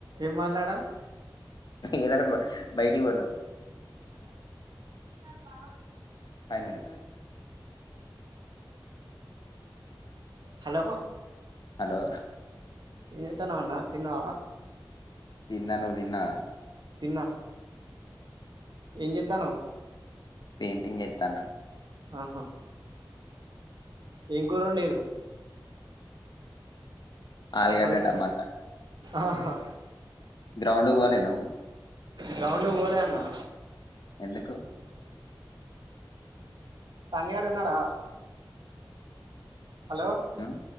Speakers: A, on the right (about 60°); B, on the left (about 60°).
A: ఏం మాట్లాడాలి
B: ఏదో ఒకటి పొ బయటికి పో నువు
A: చాల్ బాగుంది
B: ఫై మినట్స్
A: హలో
B: అలో
A: ఏం జీతనవన్న తిన్నవ
B: తిన్నను నువ్ తిన్నవ
A: తిన్నా ఏం చేతనవ్
B: పెయింటింగ్ ఏతన్న
A: ఆహా ఏం కూరండిరు
B: <inaudible> ఆలుగడ్డ
A: హల్
B: టమాటా
A: ఆహా
B: గ్రౌండ్ కు వోలేనువ్ ఉ
A: గ్రౌండ్ కు వోలేన్నా
B: ఎందుకు
A: సనిగాడు ఉన్నడా అలో
B: ఉమ్,